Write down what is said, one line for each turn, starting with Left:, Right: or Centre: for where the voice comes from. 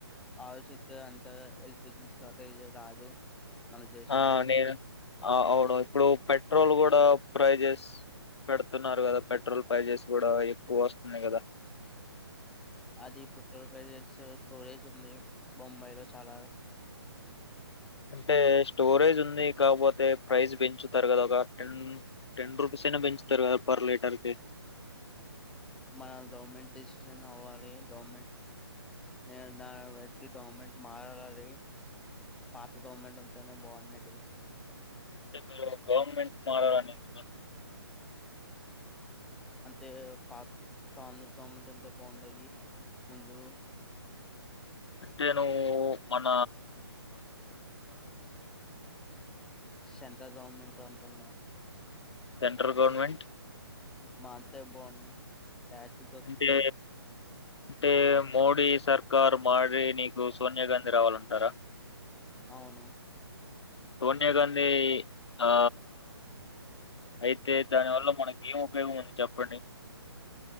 Centre: ఆలోచితే అంత ఎల్పిజి షార్టేజ్ రాదు మన దేశంలో
Left: ఆ నేను ఆ అవును ఇప్పుడు పెట్రోల్ కూడా ప్రైజెస్ పెడుతున్నారు కదా పెట్రోల్ ప్రైజెస్ కూడా ఎక్కువ వస్తున్నాయి కదా
Centre: అది ఉత్తర ప్రదేశేశ సోరేస్ ముొంబైలో చాల
Left: అంటే స్టోరేజ్ ఉంది కాకపోతే ప్రైస్ పెంచుతారు కదా ఒక టెన్ టెన్ రూపీస్ అయినా పెంచుతారు కదా పర్ లీటర్ క
Centre: మన గవర్మెంట్ డిసిషన్ అవ్వాలి డవర్మెంట్ నిర్ పెట్టి గవర్మెంట్ మారాలి పాత తోమ్మండి ఉంటేనే బాగుండది
Left: అంటే మీరు గవర్నమెంట్ మారాల అని ఎందు
Centre: అంతే పా దమెంట్ ఉంటే బాగుండేది ముందు
Left: అంటే నువ్వు మన
Centre: సెంట్రల్ గవర్నమెంట్ అంతన్నా
Left: సెంట్రల్ గవర్నమెంట్
Centre: మాంత బను చ్చ దత్త
Left: అంటే అంటే మోడీ సర్కారు మారి నీకు సోనియా గాంధీ రావాలంటారా
Centre: అవును
Left: సోనియాగాధీ ఆ అయితే దాని వల్ల మనకి ఏం ఉపయోగం ఉంది చెప్పండి